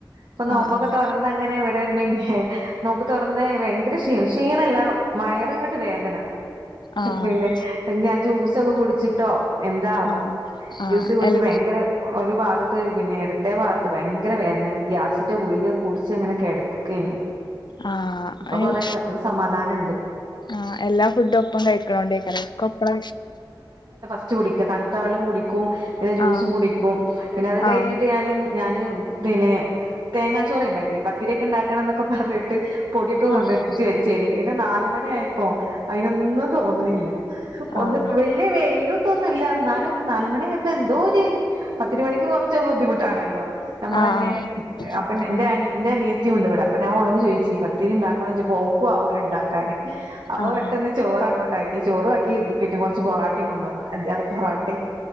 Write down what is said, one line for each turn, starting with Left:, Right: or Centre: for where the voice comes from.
Right: പ്പൊ നോമ്പൊക്കെ
Left: ആഹ്
Right: തൊറന്ന് അങ്ങനെ വെ തെ മിൻഹേ നോമ്പ് തുറന്ന് വയങ്കര ക്ഷീ ക്ഷീണല്ല വയറി ഇങ്ങട്ട് വേദന
Left: ആഹ്
Right: പിന്നെ ഞ് ആ ജ്യൂസൊക്കെ കുടിച്ചിട്ടോ എന്താവോ
Left: ആഹ് ആഹ് ആഹ്
Right: ജ്യൂസ് കുടിച്ച്
Left: എൽ
Right: ഭയങ്കര ഒരു ഭാഗ പ്പ പിന്നെ എടുത്തെ ഭാത്ത് ഭയങ്കര വേദന ഈ ഗ്യാസിറ്റ ഗുളിക കുടിച്ച് ങ്ങനെ ക്കെടക്കേഞു.
Left: ആഹ്
Right: ഇപ്പൊ
Left: ഏഹ്
Right: കൊറേ സ സമാധാനംണ്ട്
Left: ആഹ് എല്ലാ ഫുഡും ഒപ്പം കഴിക്കണോണ്ടേയ്ക്കര കൊപ്പള
Right: ച്ച് കുടിക്ക തൺത്ത വെള്ളം കുടിക്കും. പിന്നെ ജ്യൂസും
Left: ആഹ്
Right: കുടിക്കും. പിന്നെ അത് കഴിഞ്ഞിട്ട്
Left: ആഹ്
Right: ഞാന് ഞാാന് പിന്നെ തേങ്ങാച്ചോറേ ണ്ടാക്കിഞ്ഞി. പത്തിരിക്കെ ണ്ടാക്കണംന്നൊക്കെ പർഞ്ഞിട്ട് പൊടിയൊക്കെ കൊണ്ടോരിപ്പിച്ച്
Left: ആഹ്
Right: വെച്ചേരി. പിന്നെ നാല മണി ആയപ്പോ അയിനൊന്നും തോന്ന്ണില്ല.
Left: ആഹ്
Right: ഒന്ന് വല്യ വെയില് ത്തൊന്നുംല്ല ന്നാലും നാലുമണിയായപ്പൊ എന്തോ ഒരു പത്തിരി വണിക്ക് കൊർച്ച ബുദ്ധിമുട്ടാണല്ലോ? നമ്മളന്നെ
Left: ആഹ്
Right: അപ് അപ്പന്നെ
Left: ആഹ്
Right: ന്റെ
Left: ആഹ്
Right: അനി ന്റെ അനിയത്തിയുണ്ട്വ്ടെ അപ്പം ഞാൻ ഓളോട് ചോയ്ച്ചി പത്തിരി ണ്ടാക്കണോയ്ച്ചപ്പോ ഓ ക്കു ആഊലണ്ടാക്കാന്. അപ്പ
Left: ആഹ്
Right: പെട്ടെന്ന് ചോറങ്ങോട്ടാക്കി ചോറു ആക്കി പിന്നെ ഓ ച് പൊറാട്ടിം കൊണ്ടോന്ന് അഞ്ചാറ് പൊറാട്ടിം